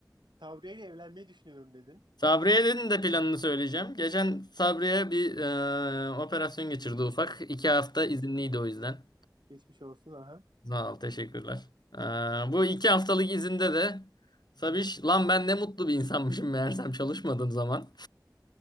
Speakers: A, on the right; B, on the left.
A: Sabriye ile evlenmeyi düşünüyorum dedin.
B: Sabriye'nin de planını söyleyeceğim. Geçen Sabriye bir e, operasyon geçirdi ufak. İki hafta izinliydi o yüzden.
A: Geçmiş olsun aha.
B: Sağ ol, teşekkürler. E, bu iki haftalık izinde de Sabiş, lan ben ne mutlu bir insanmışım meğersem çalışmadığım zaman.